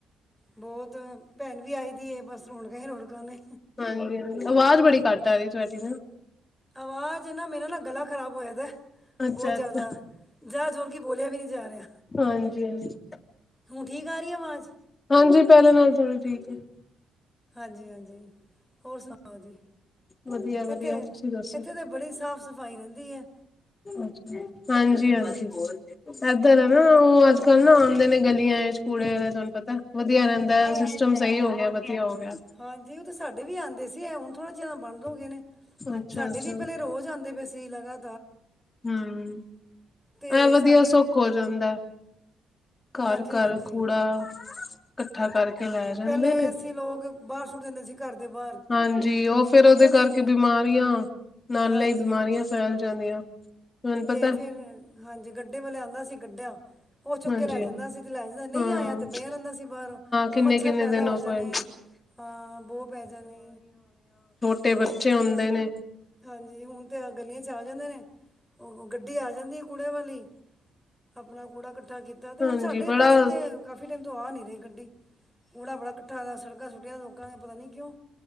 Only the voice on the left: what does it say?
ਹਾਂਜੀ-ਹਾਂਜੀ, ਆਵਾਜ਼ ਬੜੀ ਘੱਟ ਆ ਰਈ ਤੁਹਾਡੀ ਨਾ?
ਅੱਛਾ-ਅੱਛਾ
ਹਾਂਜੀ-ਹਾਂਜੀ। ਹਾਂਜੀ ਹਾਂਜੀ
ਹਾਂਜੀ, ਪਹਿਲੇ ਨਾਲੋ ਥੋੜੀ ਠੀਕ ਏ।
ਵਧੀਆ-ਵਧੀਆ
ਤੁਸੀਂ ਦੱਸੋ?
ਅੱਛਾ, ਹਾਂਜੀ-ਹਾਂਜੀ। ਏਧਰ ਹੈ ਨਾ, ਉਹ ਅੱਜ ਕੱਲ੍ਹ ਨਾ ਆਂਦੇ ਨੇ ਗਲੀਆਂ ਇੱਚ ਕੂੜੇ ਵਾਲੇ, ਤੁਹਾਨੂੰ ਪ ਤਾ, ਵਧੀਆ ਰਹਿੰਦਾ ਏ, ਸਿਸਟਮ ਸਈ ਹੋ ਗਿਆ, ਵਧੀਆ ਹੋ ਗਿਆ।
ਅੱਛਾ-ਅੱਛਾ
ਹੂੰ,
ਏਹ ਵਦੀਆ
ਏ, ਸੁੱਖ ਔ ਜਾਂਦਾ ਏ। ਘਰ-ਘਰ
ਕੂੜਾ। ਇਕੱਠਾ ਕਰਕੇ ਲੈ ਜਾਂਦੇ
ਨੇ,
ਹਾਂਜੀ, ਔਹ ਫੇਰ ਉਹਦੇ
ਕਰਕੇ ਬਿਮਾਰੀਆਂ, ਨਾਲੇ
ਈ ਬਿਮਾਰੀਆਂ ਫੈਲ ਜਾਂਦੀਆਂ। ਤੁਹਾਨੂੰ ਪਤਾ
ਹਾਂਜੀ-ਹਾਂਜੀ
ਹਾਂ-ਹਾਂ
ਕਿੰਨੇ-ਕਿੰਨੇ
ਦਿਨ
ਉਹ
ਫਿਰ
ਤੇੇ ਬੱਚੇ ਹੁੰਦੇ ਨੇ।
ਹਾਂਜੀ
ਬੜਾ